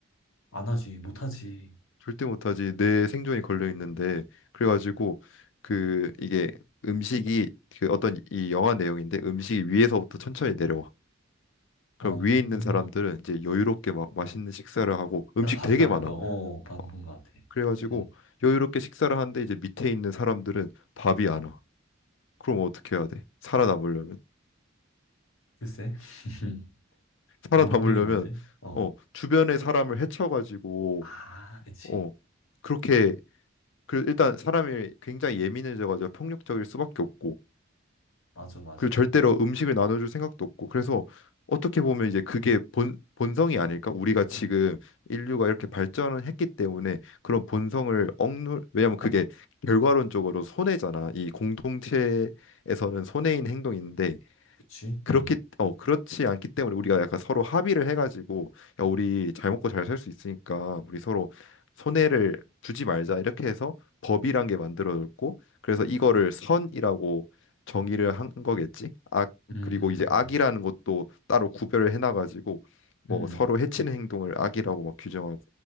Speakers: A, on the left; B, on the left.
A: 안 하지, 못 하지.
B: 절대 못하지. 내 생존이 걸려 있는데 그래가지고 그 이게 음식이 그 어떤 이 영화 내용인데 음식이 위에서부터 천천히 내려와. 그럼
A: 어,
B: 위에 있는 사람들은 이제 여유롭게 막 맛있는 식사를 하고 음식
A: 나 봤다,
B: 되게 많아.
A: 그거. 어, 방본
B: 어,
A: 것 같아.
B: 그래가지고
A: 음,
B: 여유롭게 식사를 하는데 이제 밑에 있는 사람들은 밥이 안 와. 그럼 어떻게 해야 돼? 살아남으려면
A: 글쎄. <laughs>
B: 살아남으려면
A: 너무 힘들겠는데? 어.
B: 어 주변의 사람을 해쳐가지고
A: 아, 그치.
B: 어, 그렇게 그 일단 사람이 굉장히 예민해져가지고 폭력적일 수밖에 없고
A: 맞아, 맞아.
B: 그리고 절대로 음식을 나눠줄 생각도 없고 그래서 어떻게 보면 이제 그게 본 본성이 아닐까? 우리가 지금 인류가 이렇게 발전을 했기 때문에 그런 본성을 억누 왜냐면 그게 결과론적으로 손해잖아. 이 공동체에서는 손해인 행동인데
A: 그치?
B: 그렇기
A: 음.
B: 어 그렇지 않기 때문에 우리가 약간 서로 합의를 해가지고 야 우리 잘 먹고 잘 살 수 있으니까 우리 서로 손해를 주지 말자 이렇게 해서 법이란 게 만들어졌고 그래서 이거를 선이라고 정의를 한 거겠지 악
A: 음.
B: 그리고 이제 악이라는 것도 따로 구별을 해놔가지고 뭐
A: 음.
B: 서로
A: 음.
B: 해치는 행동을 악이라고 막 규정하고